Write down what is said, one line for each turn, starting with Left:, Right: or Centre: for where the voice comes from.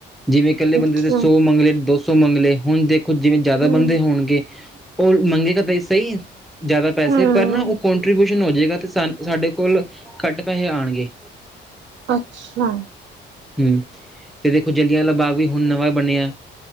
Centre: ਜਿਵੇਂ ਇਕੱਲੇ ਬੰਦੇ
Right: ਅੱਛਾ,
Centre: ਦੇ ਸੌ ਮੰਗਲੇ, ਦੋ ਸੌ ਮੰਗਲੇ, ਹੁਣ ਦੇਖ ਜਿਵੇਂ ਜਿਆਦਾ
Right: ਹੂੰ-ਹੂੰ,
Centre: ਬੰਦੇ ਹੋਣਗੇ, ਉਹ ਮੰਗੇਗਾ ਤਾਂ ਸਹੀ ਜਿਆਦਾ ਪੈਸੇ,
Right: ਹੂੰ,
Centre: ਪਰ ਨਾ ਕੋਂਟਰੀਬਿਊਸ਼ਨ ਹੋ ਜੇਗਾ, ਤੇ ਸਾਡੇ ਕੋਲ ਘੱਟ ਪੈਸੇ ਆਣਗੇ।
Right: ਅੱਛਾ।
Centre: ਹੂੰ, ਤੇ ਦੇਖੋ ਜਲਿਆਂਵਾਲਾ ਬਾਗ ਵੀ ਹੁਣ ਨਵਾਂ ਬਣਿਆ।